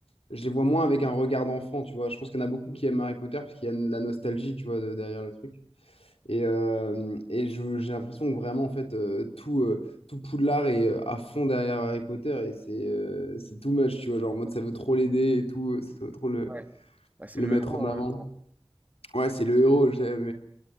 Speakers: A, on the left (about 80°); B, on the right (about 15°).
A: je les vois moins avec un regard d'enfant, tu vois. Je pense qu'il y en a beaucoup qui aiment Harry Potter parce qu'il y a de la nostalgie, tu vois, de- derrière le truc. Et, euh, et je- j'ai l'impression que vraiment, en fait, euh, tout, euh, tout Poudlard est euh, à fond derrière Harry Potter et c'est euh, c'est too much, tu vois. Genre, en mode, ça veut trop l'aider et tout, euh, ça veut trop le,
B: Ouais. Bah, c'est
A: le
B: le
A: mettre
B: héros.
A: en avant.
B: hein.
A: Ouais, c'est le héros, j'aime,